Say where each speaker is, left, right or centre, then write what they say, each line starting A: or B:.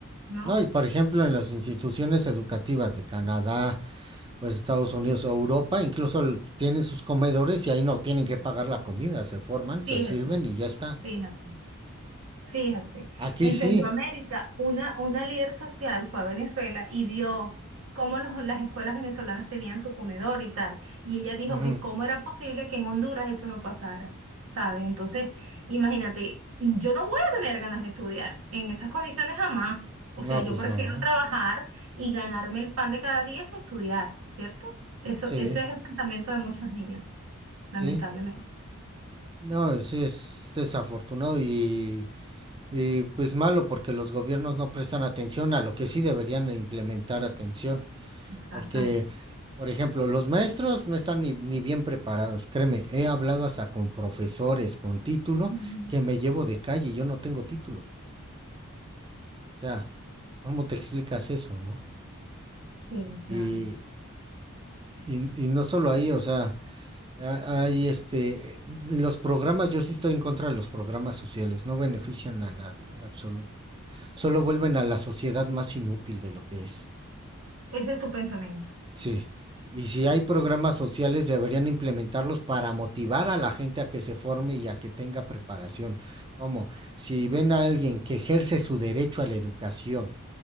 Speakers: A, on the right; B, on the right.
A: ¿no?
B: No, y por ejemplo, en las instituciones educativas de Canadá o Estados Unidos o Europa, incluso el- tienen sus comedores y ahí no tienen que pagar la comida, se forman,
A: Fíjate,
B: se sirven y ya está.
A: fíjate. Fíjate,
B: Aquí
A: en
B: sí.
A: Centroamérica, una, una líder social fue a Venezuela y vio cómo los- las escuelas venezolanas tenían su comedor y tal. Y ella dijo
B: Ujú.
A: que cómo era posible que en Honduras eso no pasara, ¿sabes? Entonces, imagínate, yo no voy a tener ganas de estudiar en esas condiciones jamás. O
B: No,
A: sea, yo
B: pues
A: prefiero
B: no.
A: trabajar y ganarme el pan de cada día que estudiar, ¿cierto? Eso,
B: Sí,
A: eso es el pensamiento de muchos niños, lamentablemente.
B: sí. No, sí es desafortunado y Y pues malo porque los gobiernos no prestan atención a lo que sí deberían implementar atención,
A: Exactamente.
B: porque, por ejemplo, los maestros no están ni, ni bien preparados. Créeme, he hablado hasta con profesores con título
A: Ujú.
B: que me llevo de calle y yo no tengo título. O sea, ¿cómo te explicas eso, no?
A: Sí,
B: Y,
A: claro.
B: y, y no solo ahí, o sea, a- hay este, los programas, yo sí estoy en contra de los programas sociales, no benefician a nadie en absoluto, solo vuelven a la sociedad más inútil de lo que es.
A: Ese es tu pensamiento.
B: Sí. Y si hay programas sociales, deberían implementarlos para motivar a la gente a que se forme y a que tenga preparación. Como si ven a alguien que ejerce su derecho a la educación